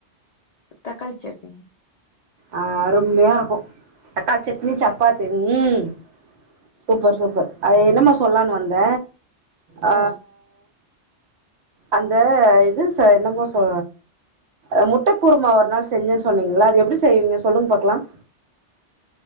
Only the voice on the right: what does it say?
அ அருமையா இருக்கும் தக்காளி சட்னி சப்பாத்தி உம். சூப்பர் சூப்பர் அது என்னமா சொல்லான்னு வந்த அ
அந்த இது என்னமோ சொ அ முட்ட குருமா ஒரு நாள் செஞ்சன்னு சொன்னிங்ளா அது எப்டி செ <unintelligible> செய்வீங்க சொல்லுங்க பாக்லாம்